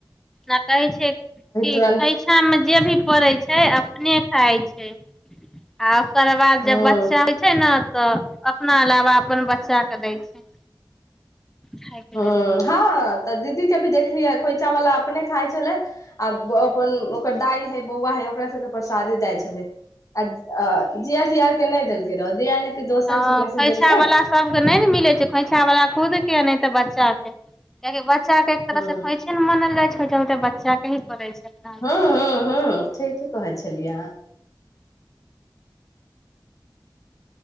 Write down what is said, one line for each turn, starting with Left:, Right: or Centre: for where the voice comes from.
Centre: आ कहे छै कि
Left: तुरन्त
Centre: खैइछा मे जे भी पड़ै छै छै अपने खाइ छै आ तकर बाद
Left: हँ
Centre: जब बच्चा होइ छै ने तऽ अपना अलावा अपन बच्चाके दै छै खायके
Left: ह
Centre: लेल
Left: हँ तऽ दीदी के भी देखलियै खोंइछा वाला अपने खाइ छले आ अपन ओकर दाई हे बौआ हे ओकरा सबके परसादी दाय छले आ जिया जी आर के नहि देलके रह जिया जी के दोसर
Centre: हँ
Left: से मैसेज
Centre: खोइछावला
Left: देलकै
Centre: सभके नइ नऽ मिलै छै खोइछावला खुद कियो नहि तऽ बच्चा के कियाकी बच्चा बच्चा के एक
Left: हँ
Centre: तरह से खोइछे न मानल जाइ छै छोटा छोटा बच्चा के ही पड़ै छै अपना अलावा
Left: हँ हँ हँ ठीक कहै छलियै अहाँ